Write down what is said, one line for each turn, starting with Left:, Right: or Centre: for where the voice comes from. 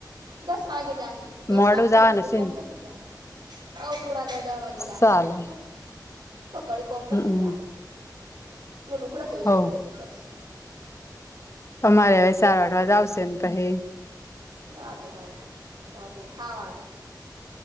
Right: દસ વાગે જાહી તો દસ
Left: મોડું
Right: વાગે તને
Left: જવાનું
Right: બધું
Left: છે
Right: કોમ
Left: ને
Right: પતી જાય. હ પુણા દ દહ વાજે જશું
Left: ચાલે
Right: તો પણ. તો કડી કોમ
Left: હમ
Right: પતી જાય. હું લુઘડો ધોઈશ
Left: હવ
Right: ને ઈ પોતું કરશે.
Left: અમારે હવે સારવારવા જ આવશે ને પછી
Right: લતું વાનું હોતી ખાવાનું.